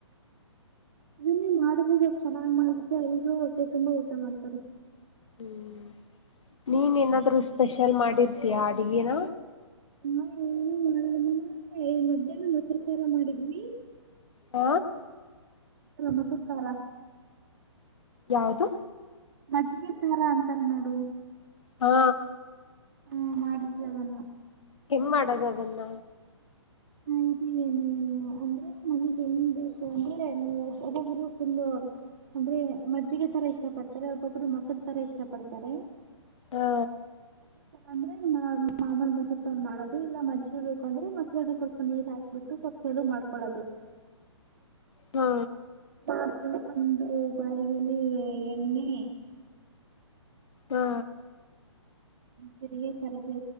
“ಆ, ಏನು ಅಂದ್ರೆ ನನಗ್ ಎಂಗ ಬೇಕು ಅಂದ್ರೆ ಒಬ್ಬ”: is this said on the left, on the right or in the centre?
Right